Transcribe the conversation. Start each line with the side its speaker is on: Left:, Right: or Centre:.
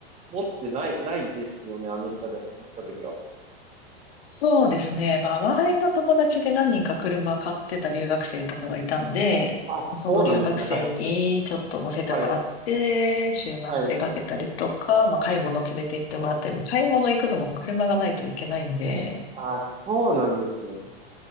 Right: 持ってない、ないですよね、アメリカでも行ったときは。
Left: そうですね。まあ、周りの友達で何人か車買ってた留学生とかがいたんで、
Right: あ、
Left: その留学生にちょっと乗せてもらって、
Right: そうなんですね。はい、はい、
Left: 週末出かけたりとか、
Right: はい。
Left: まあ、買い物連れて行ってもらって、もう買い物行くのも車がないといけないんで、
Right: あ、そうなんですね。